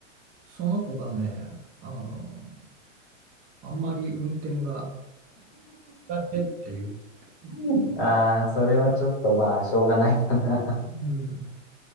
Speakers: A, on the right; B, on the left.
A: その子がね、あの、あんまり運転が苦手っていう
B: <laughs>
A: こと
B: ああ、それはちょっとまあ、
A: で、
B: しょうがないかな。
A: うん、